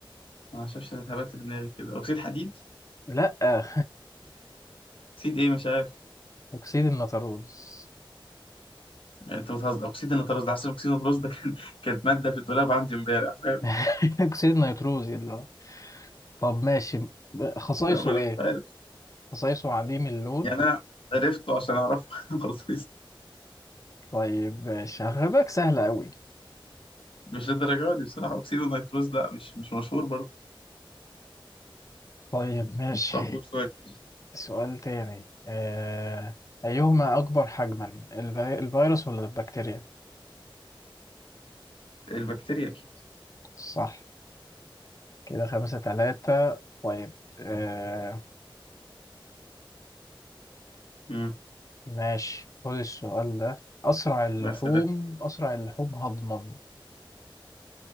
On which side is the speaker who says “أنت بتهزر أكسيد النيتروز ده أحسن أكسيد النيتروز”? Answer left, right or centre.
Left